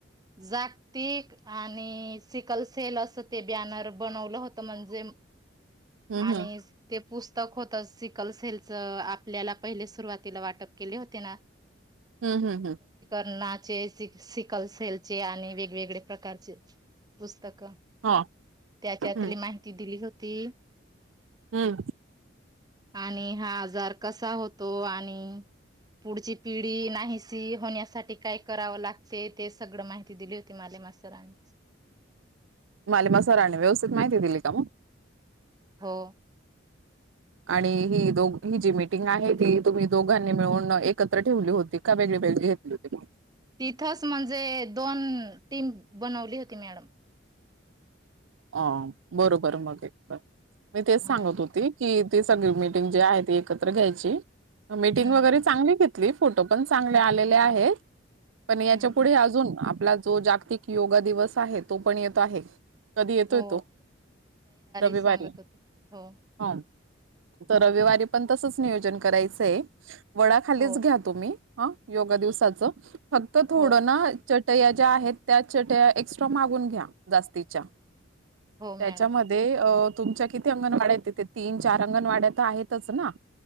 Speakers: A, on the right; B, on the right.
A: जागतिक आणि सिकल्स थेल असं ते बॅनर बनवलं होतं म्हणजे
B: हम्म
A: आणि ते पुस्तक होत सिक कलसेलच आपल्याला पहिले सुरुवातीला वाटप केले होते ना
B: हम्म हम्म हम्म
A: अन्नाचे सिकलसेेलचे आणि वेगवेगळे प्रकारचेस का
B: हा
A: त्याच्यातली
B: हम्म
A: माहिती दिली होती
B: हम्म
A: आणि हा आजार कसा होतो आणि पुढची पिढी नाही सी होण्यासाठी काय करावं लागते ते सगळं माहिती दिली होती माले मातरांनी
B: माले मा सरांनी व्यवस्थित माहिती दिली का मग
A: हो
B: आणि ही दो ही जी मिीटिंग आहे ती तुम्ही दोघांनी मिळून एकत्र ठेवली होती का वेगळी वेगळी घेतली होती
A: तिथच म्हणजे दोन टीम बनवली होती मॅडम
B: अ बरोबर मग एक मी तेच सांगत
A: हा
B: होते की मीटिंगजी आहै ती एकत्र घायची
A: हम्म
B: मीटिंग व्यगरे चांगली घेतली फोटो पण चांगले आलेले आहेत पण याच्या
A: हम्म
B: पुढे अजन आपला जो जागतिक योगा दिवस आहे तो पण येतो आहे कधी येतोय
A: हो
B: तो? रविवारी.
A: सांगत होते हो
B: हो. तर रविवारी पण तसंच नियोजन करायचंय. वडा खालीच
A: हो
B: घ्या तुम्ही. हा योगा दिवसाचं, फक्त थोडं
A: हो
B: ना चटया ज्या आहेत, त्या चटया एक्स्ट्रा मागून घ्या जास्तीच्या. चट
A: हो मॅडम
B: त्याच्यामध्ये अ तुमच्या किती अंगणवाड्या आहेत तिथे, तीन चार अंगणवाड्या तर आहेतच ना.